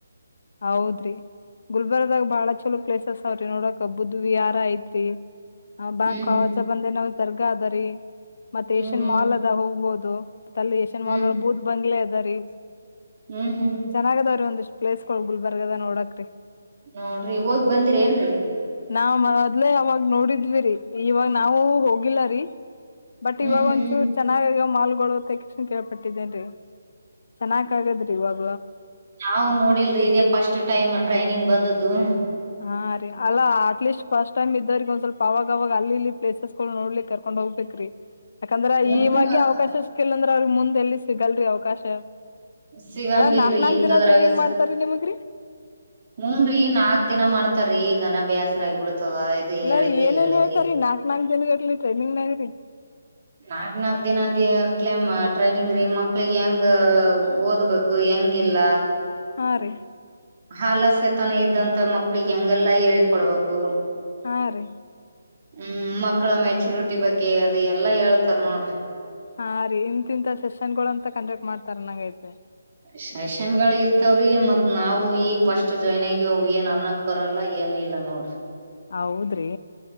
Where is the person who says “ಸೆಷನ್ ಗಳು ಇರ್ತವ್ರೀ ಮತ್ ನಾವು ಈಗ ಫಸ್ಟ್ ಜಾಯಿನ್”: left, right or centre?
Right